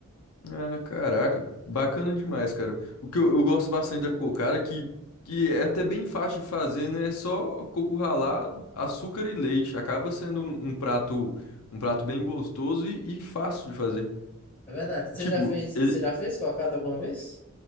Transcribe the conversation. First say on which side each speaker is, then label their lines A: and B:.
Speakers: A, on the left; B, on the left.
A: ah, caraca, bacana demais, cara. O que eu, eu gosto bastante da cocada, que, que é até bem fácil de fazer, né? É só coco ralado, açúcar e leite. Acaba sendo um, um prato um prato bem gostoso e, e fácil de fazer.
B: É verdade. Você
A: Tipo,
B: já fez,
A: ele,
B: você já fez cocada alguma vez?